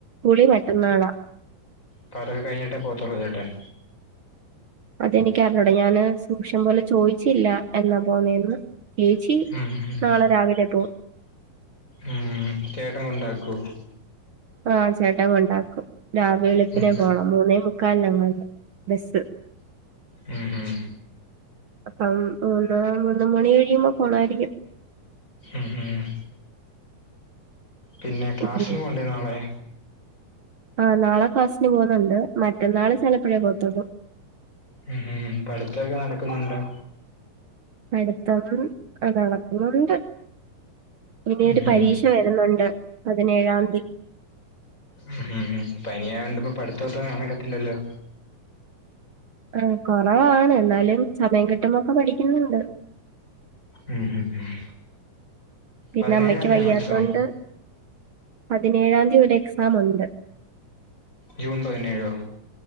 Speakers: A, on the right (about 75°); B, on the left (about 20°).
A: കുളി മറ്റന്നാളാ
B: പടവ് കഴിഞ്ഞട്ട പോത്തലോ ചേട്ടൻ
A: അതെനിക്ക് അറിഞ്ഞുട ഞാന് സൂക്ഷം പോലെ ചോദിച്ചില്ല എന്നാ പോണേന്ന്. ഏച്ചി
B: ഉം ഉം
A: നാളെ രാവിലെ പോവും.
B: ഉം ചേട്ടൻ കൊണ്ടാക്കോ? ഉം
A: ആഹ് ചേട്ടൻ കൊണ്ടാക്കും രാവിലെ വെളുപ്പിനെ
B: ഉം
A: പോണം മൂന്നേ <unintelligible> ബസ്സ്
B: ഉം ഉം
A: അം മൂന്ന് മണി കഴിയുമ്പോ പോണായിരിക്കും.
B: ഉം ഉം പിന്നെ ക്ലാസ്സിന്
A: ഉം
B: പോണ്ടേ നാളെ
A: ആഹ് നാളെ ക്ലാസ്സ്ന് പോവുന്നുണ്ട് മറ്റന്നാള് ചിലപ്പഴേ പോവത്തൊള്ളൂ.
B: ഉം ഹം പഠിത്തൊക്കെ നടക്കുന്നുണ്ടോ?
A: പഠിത്തം ആ നടക്കുന്നുണ്ട് ഇനി
B: ഉം
A: ഒരു
B: ഉം
A: പരീക്ഷ വ രുന്നുണ്ട് പതിനേഴാംതി.
B: ഹ് ഉംം പനി ആയോണ്ട് ഇപ്പോ പഠിത്തൊന്നും നടക്കത്തില്ലല്ലോ
A: ഉം കുറവാണ് എന്നാലും സമയം കിട്ടുമ്പോൊക്കെ പഠിക്കുന്നുണ്ട്.
B: ഹു ഉം.
A: പിന്നെ
B: പതിനേഴാം
A: അമ്മയ്ക്ക്
B: തീയതി
A: വയ്യാത്തൊണ്ട്
B: ആണോ എക്സാം
A: പതിനേഴാം തീയതി ഒരു എക്സാം ഉണ്ട്
B: ജൂൺ പതിനേഴോ.